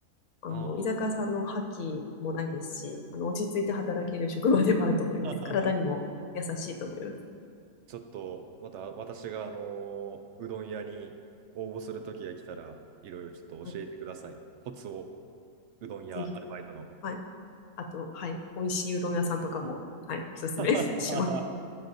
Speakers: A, on the left (about 80°); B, on the right (about 65°).
A: あの、
B: ああ。
A: 居酒屋さんの覇気もないですし、あの、落ち着いて働ける職場ではあると思います。
B: <laughs>
A: 体にも優しいと思います。
B: ちょっと、また私が、あのーうどん屋に応募する時が来たら、いろいろちょっと教えてください。
A: うん
B: コツを、うどん屋アルバイトの。
A: ぜひ。はい。あと、はい。美味しいうどん屋さんとかも、はい。おすすめ <laughs>
B: <laughs> あ
A: します。